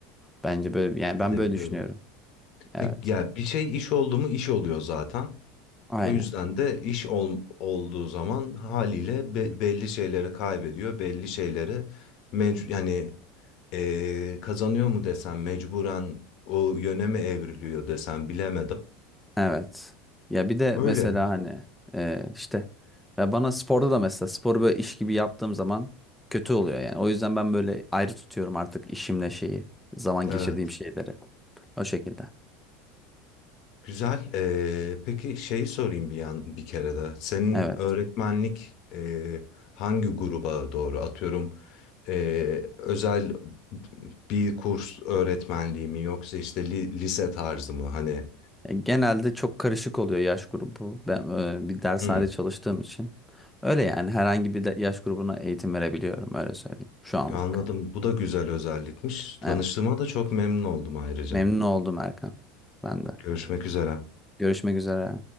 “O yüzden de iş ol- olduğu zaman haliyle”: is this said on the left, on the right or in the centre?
Left